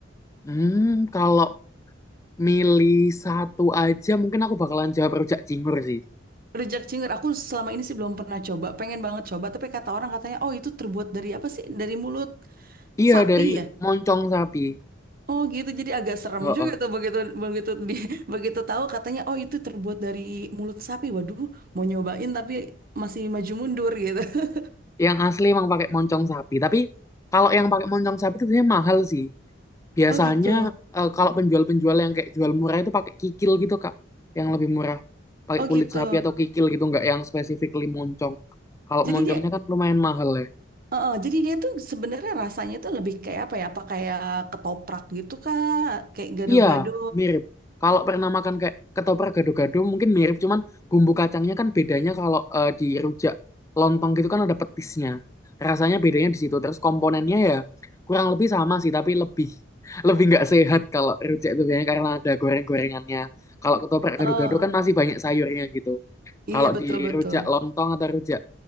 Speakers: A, on the left (about 15°); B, on the right (about 50°).
A: Hmm, kalau milih satu aja mungkin aku bakalan jawab rujak cingur sih.
B: Rujak cingur. Aku selama ini sih belum pernah coba. Pengen banget coba, tapi kata orang katanya, oh itu terbuat dari apa sih? Dari mulut
A: Iya
B: sapi
A: dari
B: ya?
A: moncong sapi.
B: Oh gitu. Jadi agak serem
A: Heeh.
B: juga tuh begitu begitu di <laughs> begitu tahu katanya, oh itu terbuat dari mulut sapi. Waduh, mau nyobain tapi masih maju mundur gitu. <laughs>
A: Yang asli emang pakai moncong sapi. Tapi kalau yang pakai moncong sapi itu biasanya mahal sih. Biasanya
B: Oh gitu.
A: eh, kalau penjual-penjual yang kayak jual murah itu pakai kikil gitu, Kak. Yang lebih murah. Pakai
B: Oh
A: kulit
B: gitu.
A: sapi atau kikil gitu, nggak yang spesifik moncong. Kalau
B: Jadi
A: moncongnya
B: dia
A: kan lumayan mahal ya.
B: Heeh, jadi dia tuh sebenarnya rasanya tuh lebih kayak apa ya? Apa kayak ketoprak gitu kah? Kayak gado-gado.
A: Iya, mirip. Kalau pernah makan kayak ketoprak gado-gado mungkin mirip, cuman bumbu kacangnya kan bedanya kalau eh, di rujak lontong gitu kan ada petisnya. Rasanya bedanya di situ. Terus komponennya ya kurang lebih sama sih, tapi lebih <laughs> lebih nggak sehat kalau rujak itu biasanya karena ada goreng-gorengannya. Kalau ketoprak
B: Oh,
A: gado-gado kan masih banyak sayurnya gitu. Kalau
B: iya betul-betul.
A: di rujak lontong atau rujak